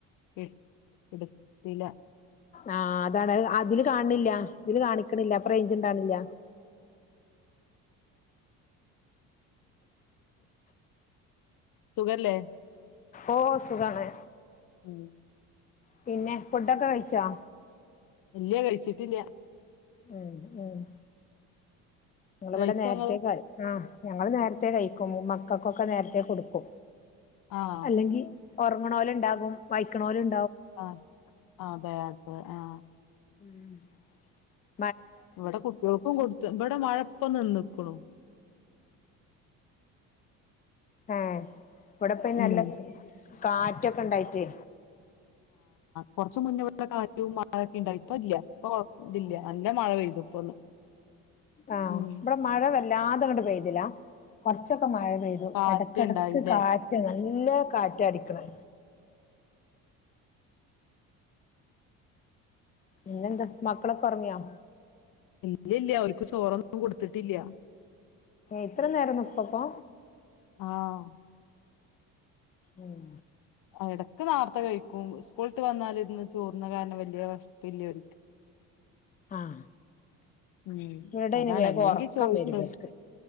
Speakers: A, on the left; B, on the left.
A: ഇട് ഇട്ത്തില
B: ആ അതാണ് അതില് കാണില്ല ഇതില് കാണി ക്ക്‌ണില്ല അപ്പ റേഞ്ച്ണ്ടാണില്ല
A: സുഖല്ലേ
B: ഓ സുഖാണ്
A: ഉം
B: പിന്നെ ഫുഡൊക്കെ കഴിച്ചോ
A: ഇല്ല്യ കഴിച്ചിട്ട്ല്ല്യ
B: ഉം ഉം ങ്ങളിവിടെ
A: കഴിച്ചങ്ങള്
B: നേരത്തേ കളി ആ ഞങ്ങള് നേരത്തെ കയ് മക്കൾക്കൊക്കെ നേരത്തെ കൊടുക്കും
A: ആഹ്
B: അല്ലെങ്കി ഉറങ്ങണോല്ണ്ടാകും വൈക്കണോര് ഉ
A: ആ ആതെ അതെ അതെ ആ
B: ഉം
A: വിടെ കുട്ടിയോൾക്കും കൊടു റ്റ് ഇബടെ മഴ ഇപ്പൊ നിന്ന്ക്കുണു
B: ഏഹ് ഇവിടെപ്പ നല്ല
A: ഉം
B: കാറ്റൊക്കെ ഇണ്ടായിട്ടേ
A: കുറച്മുന്നേ ഇ കാറ്റും മഴയൊക്കെണ്ടായിപ്പോ ഇല്ല ഇപ്പൊ കോയ ഇല്ല നല്ല മഴ പെയ്തു ഇപ്പൊന്ന്
B: ആഹ്
A: ഉം
B: ഇവിടെ മഴ വല്ലാതെ അങ്ങട്ട് പെയ്തില്ല കുറച്ചൊക്കെ മഴ പെയ്തു
A: കാറ്റ്ണ്ടായില്ലേ
B: എടക്കടക്ക് കാറ്റ് നല്ല കാറ്റാടിക്കണ് പിന്നെന്ത് മക്കളൊക്കെഒറങ്ങിയോ
A: ഇല്ലില്ല അവര്ക്ക് ചോറൊന്നും കൊടുത്തിട്ടില്ല
B: ഇത്ര നേരം നിക്കപ്പോ
A: ആഹ്
B: ഉം
A: എടക്ക് നാർത്ത കഴിക്കും സ്കൂൾട്ട് വന്നാല് ഇന്ന് ചോർന്നകാരണം വല്യ വേഷപ്പില്യോർക്ക്
B: ആഹ്
A: ഉം
B: ഇവിടെ അയിന്
A: അതാണ്
B: വേഗം
A: അല്ലെങ്കിൽ
B: ഒറക്കം
A: ചോയിക്കും
B: വരും ഇവൽക്ക്